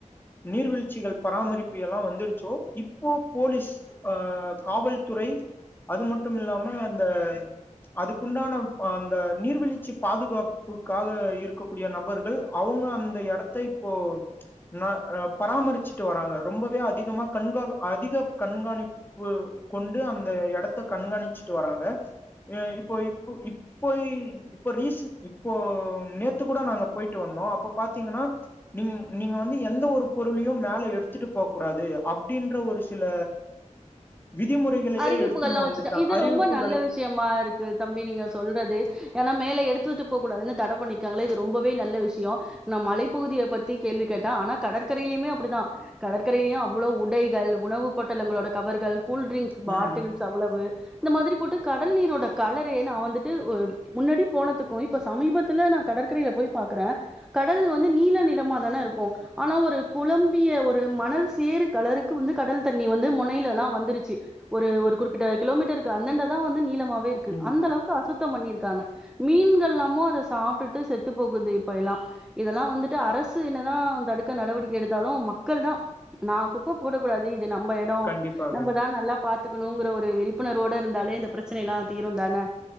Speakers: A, on the left (about 15°); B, in the centre.
A: நீர்வீழ்ச்சிகள் பராமரிப்பு எல்லாம் வந்துடுச்சோ இப்போ போலீஸ் அ காவல்துறை அது மட்டுமில்லாம அந்த அதுக்குண்டான அந்த நீர்வீழ்ச்சி பாதுகாப்புக்காக இருக்கக்கூடிய நபர்கள் அவங்க அந்த எடத்த இப்போ ந பராமரிச்சுட்டு வராங்க ரொம்பவே அதிகமா கண்கா அதிக கண்காணிப்பு கொண்டு அந்த எடத்த கண்காணிச்சு ட்டு வராங்க இப்போ இப்ப இப்போ இப்போ ரீசன் இப்போ நேத்து கூட நாங்க போயிட்டு வந்தோம் அப்ப பாத்தீங்கன்னா நீங் நீங்க வந்து எந்த ஒரு பொருளையும் மேல எடுத்துட்டு போக கூடாது அப்டின்ற ஒரு சில விதிமுறைகளையே
B: அறிவிப்புகள்லாம்
A: எடுத்துன்னனு வந்துட்டான்
B: வச்சுட்டா இது
A: அறிவிப்பு
B: ரொம்ப நல்ல விஷயமா இருக்கு தம்பி நீங்க சொல்றது ஏன்னா மேல எடுத்துட்டு <inaudible> கூடாதுன்னு தட பண்ணிருக்காங்கல ரொம்பவே நல்ல விஷயம் ஆனா மலைப்பகுதியை பத்தி கேள்வி கேட்டன் ஆனா கடற்கரைலேயும் அப்டிதான் கடற்கரையிலேயும் அவ்ளோ உடைகள் உணவு பொட்லட்ங்களோட கவர்கள் கூல்ட்ரிங்
A: ம்
B: பாட்டில்ஸ் அவ்வளவு இந்த மாதிரி போட்டு காட் கடல் நீரோட கலரே நா வந்துட்டு ட்டு முன்னாடி போனதுக்கும் இப்ப சமீபத்துல நான் கடற்கரையில போய் பாக்குறேன் கடல் வந்து நீல நிறமா தானே இருக்கும் ஆனா ஒரு குழம்பிய ஒரு மணல் சேறு கலருக்கு வந்து கடல் தண்ணி வந்து முனையிலல்லாம் வந்துருச்சு ஒரு ஒரு குறிப்பிட்ட கிலோமீட்டருக்கு அந்தாண்ட தான் வந்து நீல லமாவே இருக்கு
A: ம்
B: அந்த அளவுக்கு அசுத் சுத்த பண்ணிருக்காங்க மீன்கள்ல்லாமோ அத சாப்பிட்டுட்டு செத்து போக்குது இப்ப எல்லாம் இதெல்லாம் வந்துட்டு அரசு என்னதான் தடுக்க நடவடிக்கை எடுத்தாலும் மக்கள் தான் நா குப்ப போடக்கூடாது இது நம்ம எடம்
A: கண்டிப்பாக
B: நம்ம தான் நல்லா பாத்துக்கணுங்கிற ஒரு விழிப்புணர்வோடு இருந்தாலே இந்த பிரச்சனை எல்லாம் தீரும் தானே